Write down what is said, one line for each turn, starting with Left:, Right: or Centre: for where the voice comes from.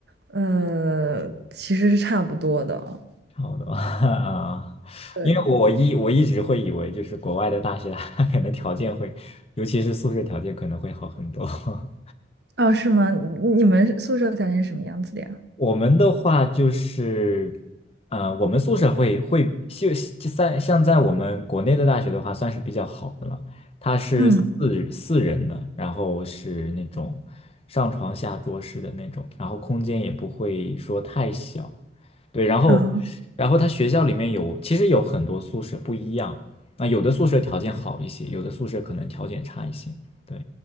Right: 呃，其实是差不多的。
Left: <laughs> 差不多 <laughs> 啊，
Right: 对，
Left: 因为我一我一直会以为就是国外的大学，它可能条件会，尤其是宿舍条件可能会好很多。<laughs>
Right: 啊，是吗？你你们宿舍条件是什么样子的呀？
Left: 我们的话就是，呃，我们宿舍会会就就在像在我们国内的大学的话，算是比较好的了。它是四四人的，
Right: 嗯，
Left: 然后是那种上床下桌式的那种，然后空间也不会说太小。对，然后，
Right: 啊
Left: 然后他学校里面有，其实有很多宿舍不一样，啊，有的宿舍条件好一些，有的宿舍可能条件差一些。对，